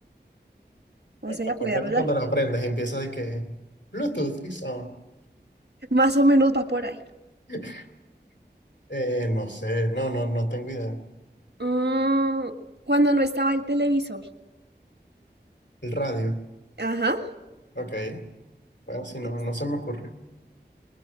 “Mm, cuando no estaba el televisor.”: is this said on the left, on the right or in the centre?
Right